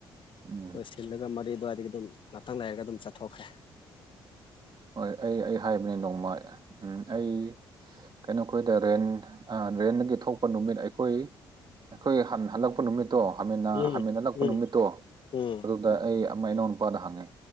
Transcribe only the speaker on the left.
ꯍꯣꯏ ꯁꯤꯜꯂꯒ ꯃꯔꯤ ꯑꯗꯨꯋꯥꯏꯗꯒꯤ ꯑꯗꯨꯝ ꯉꯥꯛꯇꯪ ꯂꯩꯔꯒ ꯑꯗꯨꯝ ꯆꯠꯊꯣꯛꯈ꯭ꯔꯦ
ꯎꯝ
ꯎꯝ
ꯎꯝ